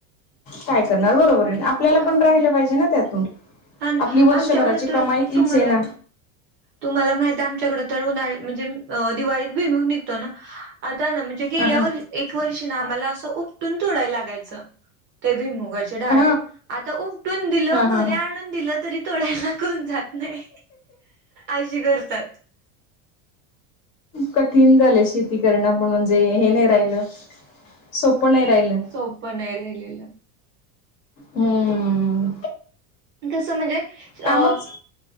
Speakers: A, on the left (about 50°); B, on the right (about 30°).
A: काय करणार बरोबर आहे. आपल्याला
B: हो
A: पण राहिलं पाहिजे ना त्यातून
B: हा ना
A: आपली वर्षभराची
B: आमच्याकडे तर
A: कमाई तीच
B: तुम्हाला
A: आहे ना.
B: तुम्हाला माहित आहे आमच्याकडे तर उन्हाळ म्हणजे दिवाळीत बी म निघतो ना आता गे
A: हा हा
B: एक वर्षी आला अस उपटून तोडाय लागायच, ते भुईमूग डहाळे
A: हा
B: आता उपटुन दिलो
A: हा हा
B: घरी
A: हा
B: आणून दिलं तरी तोडायला कोण जात नाही अशी करतात.
A: कठीण झाले शेती करणं पण म्हणजे हे नाही राहिलं सोपं नाही राहिलं.
B: सोप नाही राहिलेलं
A: हम्म
B: कसं म्हणजे अ
A: कामच